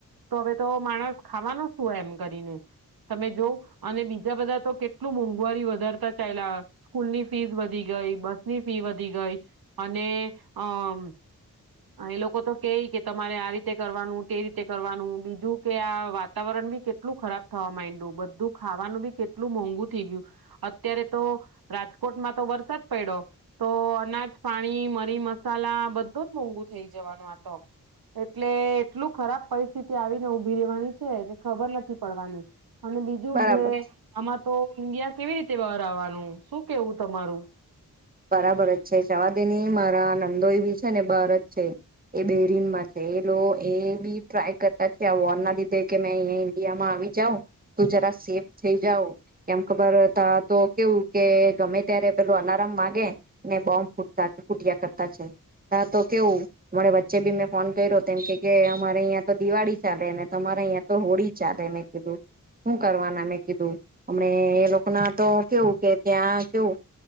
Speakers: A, on the right; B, on the right.
A: તો હવે તો માણસ ખાવાનો શું એમ કરીને તમે જો અને બીજા બધા તો કેટલું મોંઘવારી વધારતા ચાલયા સ્કૂલ ની ફીસ વધી ગઈ બસની ફી વધી ગઈ અને અમ એ લોકો તો કે કે તમારે આ રીતે કરવાનું તે રીતે કરવાનું બીજું કે આ વાતાવરણ બી કે કેટલું ખરાબ થવા માંડયુ બધું ખાવાનું બી કેટલું મોંઘું થઈ ગયું અત્યારે તો રાજકોટમાં તો વરસાદ પડ્યો તો અનાજ પાણી મરી મસાલા બધો જ મોંઘુ થઈ જવાનું આતો એટલે એટલું ખરાબ પરિસ્થિતિ આવીને ઉભી રહેવાની છે કે ખબર નથી પડવાની અને બીજું
B: બરાબર
A: કે આમાં તો ઇન્ડિયા કેવી રીતે બહાર આવવાનું, શું કેવું તમારું?
B: બરાબર જ છે જવા દેની, મારા નંદોય બી છે ને બાર જ છે એ બેરીનમાં છે, એ લોકો એ બી ટ્રાય કરતા છે, આ વૉરના લીધે કે મેં અહીંયા ઈન્ડિયામાં આવી જાઉ તો જરા સેફ થઈ જાાવ એમ ખબર ત્યાં તો કેવું કે ગમે ત્યારે પેલું એલાર્મ વાગે છે, ને બોમ્બ ફૂટતા ફૂટ્યા કરતા છે. ત્યા તો કેવું અરે વચ્ચે બી મેં ફોન કર્યો તેમ કે કે અમારે અહીંયા તો દિવાળી ચાલેને, તમારે અહીયાં તો હોળી ચાલે મેં કીધું, હું કરવાના મેં કીધું હમ એ લોકો ના તો કેવું કે ત્યાં કેવું